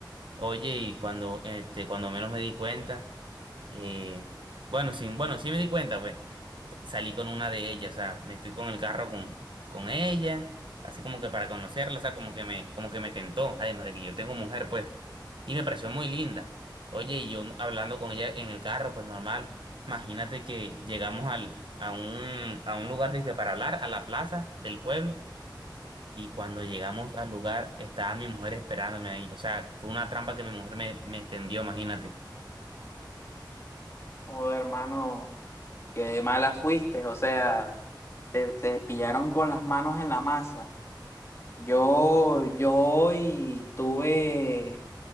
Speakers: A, on the right; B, on the left.
A: Oye, y cuando, este, cuando menos me di cuenta, eh, bueno, sí, bueno, sí me di cuenta, pues, salí con una de ellas, o sea, me fui con el carro con, con ella, así como que para conocerla, o sea, como que me, como que me tentó, además de que yo tengo mujer, pues, y me pareció muy linda. Oye, y yo hablando con ella en el carro, pues normal, imagínate que llegamos al, a un, a un lugar, dije, para hablar, a la plaza del pueblo. Y cuando llegamos al lugar, estaba mi mujer esperándome ahí. O sea, fue una trampa que mi mujer me, me extendió, imagínate.
B: Joder, hermano, qué mala fuiste, o sea, te, te pillaron con las manos en la masa. Yo, yo hoy tuve,